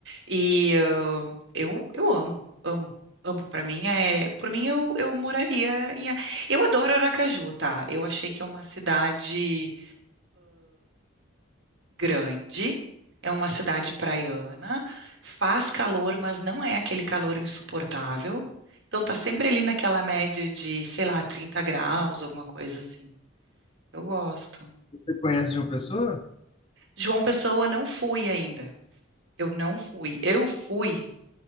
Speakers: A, on the right; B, on the left.
A: E ah, eu, eu amo, amo, amo. Para mim é, por mim eu, eu moraria em, A- eu adoro Aracaju, tá? Eu achei que é uma cidade grande, é uma cidade praiana, faz calor, mas não é aquele calor insuportável. Então tá sempre ali naquela média de, sei lá, 30 graus, alguma coisa assim. Eu gosto.
B: Você conhece João Pessoa?
A: João Pessoa não fui ainda. Eu não fui. Eu fui,